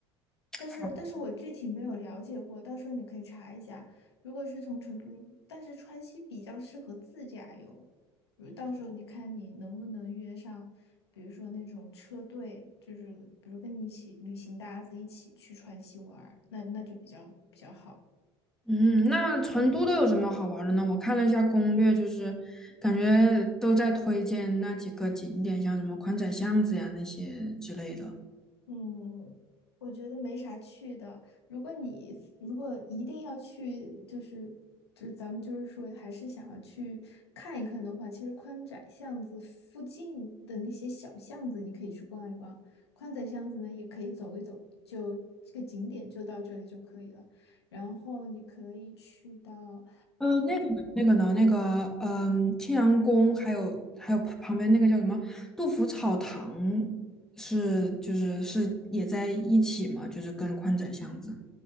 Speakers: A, on the left; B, in the centre.
A: 但是但是我具体没有了解过，
B: 好。
A: 到时候你可以查一下。如果是从成都，如但是川西比较适合自驾游，如到时候你看你能不能约上，比如说那种车队，就是比如跟你一起旅行搭子一起去川西玩儿那那就比较比较好。
B: 嗯，那成都都有什么好玩儿的呢？我看了一下攻略，就是感觉都在推荐那几个景点，像什么宽窄巷子呀那些之类的。
A: 嗯，我觉得没啥去的。如果你如果一定要去，就是就是咱们就是说，还是想要去看一看的话，其实宽窄巷子附近的那些小巷子，你可以去逛一逛。宽窄巷子呢，也可以走一走，就这个景点就到这里就可以了。然后你可以去到，
B: 呃，那个那个呢，那个嗯，青羊宫，还有还有旁旁边那个叫什么杜甫草堂是，就是是也在一起嘛，就是跟宽窄巷子。